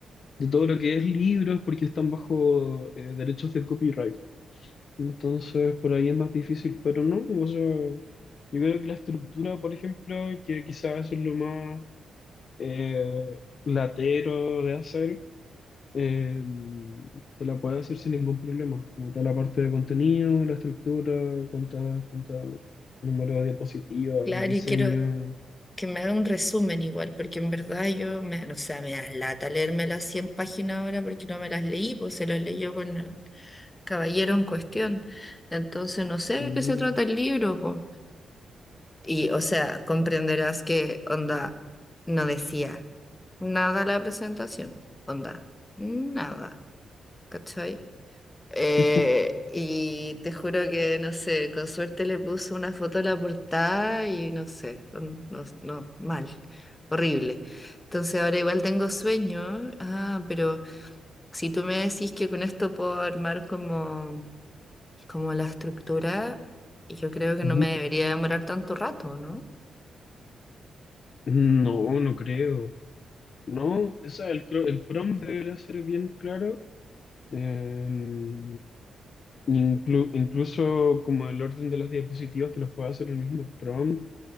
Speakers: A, on the left (about 60°); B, on the left (about 20°).
A: de todo lo que es libros porque están bajo eh, derechos del copyright. Entonces, por ahí es más difícil, pero no, o sea, yo creo que la estructura, por ejemplo, que quizás eso es lo más eh, latero de hacer, eh, te la puedes hacer sin ningún problema, como tal la parte de contenido, la estructura, cuántas, cuántas número de diapositivas,
B: Claro,
A: el diseño.
B: y quiero, que me haga un resumen igual, porque en verdad yo, me, o sea, me da lata leerme las 100 páginas ahora porque no me las leí, pues se las leyó con el caballero en cuestión. Entonces no sé
A: Mm.
B: de qué se trata el libro, pues. Y, o sea, comprenderás que onda no decía nada la presentación, onda, nada, ¿cachai? Eh,
A: <laughs>
B: y te juro que, no sé, con suerte le puso una foto a la portada y no sé, un- no, no, mal, horrible. Entonces ahora igual tengo sueño, ah, pero si tú me decís que con esto puedo armar como, como la estructura, yo creo que
A: Ujú.
B: no me debería demorar tanto rato, ¿no?
A: No, no creo. No, o sea, el, pro- el prompt debería ser bien claro Em, inclu- incluso como el orden de las diapositivas te los puede hacer el mismo prompt